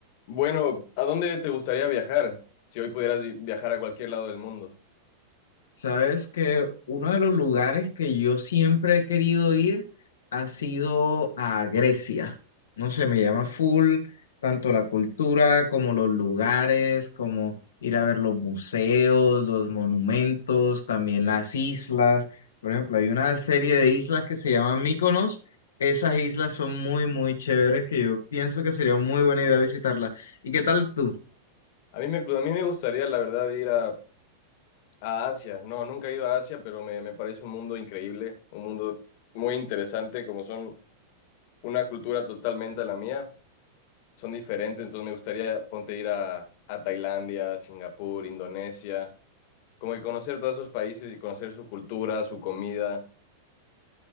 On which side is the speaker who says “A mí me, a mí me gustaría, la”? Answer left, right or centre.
Left